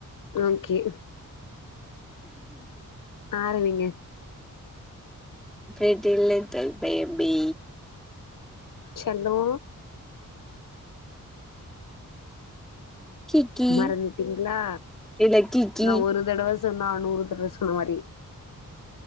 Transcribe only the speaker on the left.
okay ஆரம்பிங்க
செல்லோ
மறந்துட்டீங்களா
நா ஒரு தடவை சொன்னா நூறு தடவை சொன்ன மாரி